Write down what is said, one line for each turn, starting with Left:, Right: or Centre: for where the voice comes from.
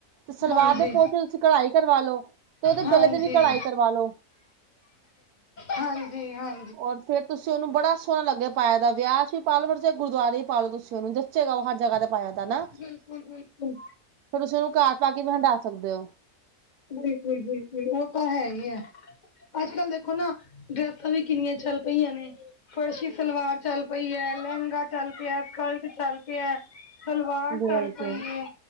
Right: ਤੇ ਸਲਵਾਰ
Left: ਹਾਂਜੀ,
Right: ਦੇ ਪੋਚੇ ਤੁਸੀਂ ਕਢਾਈ ਕਰਵਾ ਲੋ ਤੇ ਉਹਦੇ
Left: ਹਾਂਜੀ।
Right: ਗਲੇ ਤੇ ਵੀ ਕਢਾਈ ਕਰਵਾ ਲੋ।
Left: ਹਾਂਜੀ ਹਾਂ
Right: ਔਰ ਫੇਰ ਤੁਸੀ ਉਹਨੂੰ ਬੜਾ ਸੋਹਣਾ ਲੱਗੇ ਪਾਇਆ ਦਾ ਵਿਆਚ ਵੀ ਪਾਲੋ ਜਾ ਗੁਰਦੁਆਰੇ ਵੀ ਪਾ ਲਓ ਤੁਸੀਂ ਉਹਨੂੰ ਜੱਚੇਗਾ ਉਹ ਹਰ ਜਗ੍ਹਾ ਤੇ ਪਾਯਾ ਦਾਨਾ ਫੇਰ
Left: ਬਿਲਕੁਲ, ਬਿਲਕੁਲ,
Right: ਤੁਸੀ ਉਹਨੂੰ ਘਰ ਪਾ ਕੇ ਵੀ ਹੰਡਾ ਸਕਦੇ ਹੋ।
Left: ਬਿਲਕੁਲ-ਬਿਲਕੁਲ ਉਹ ਤਾਂ ਹੈ ਹੀ ਆ। ਅੱਜ-ਕੱਲ ਦੇਖੋ ਨਾ ਡਰੈਸਾਂ ਵੀ ਕਿੰਨੀਆਂ ਚੱਲ ਪਈਆਂ ਨੇ। ਫਰਸ਼ੀ ਸਲਵਾਰ ਚੱਲ ਪਈ ਹੈ, ਲਹਿੰਗਾ ਚੱਲ ਪਿਆ, ਸਕਲਟ ਚੱਲ ਪਿਆ। ਸਲਵਾਰ
Right: ਬਿਲਕੁਲ
Left: ਚੱਲ ਪਈ ਹੈ।